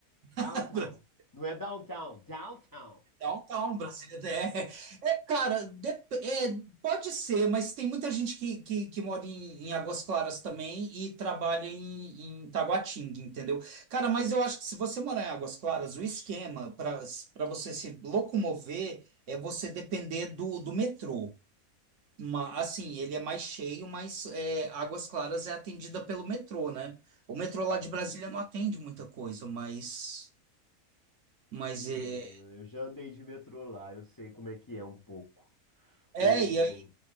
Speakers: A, on the left; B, on the right.
A: Downtown.
B: <laughs>
A: Não é downtown, downtown.
B: Downtown, Brasília é, é cara, dep- é, pode ser, mas tem muita gente que, que, que mora em, em Águas Claras também e trabalha em, em Taguatinga, entendeu? Cara, mas eu acho que se você morar em Águas Claras, o esquema para para você se locomover é você depender do, do metrô. Ma- assim, ele é mais cheio, mas é, Águas Claras é atendida pelo metrô, né? O metrô lá
A: Hum,
B: de Brasília não atende muita coisa, mas, mas
A: hum,
B: é,
A: eu já andei de metrô lá, eu sei como é que é um pouco.
B: é,
A: O,
B: e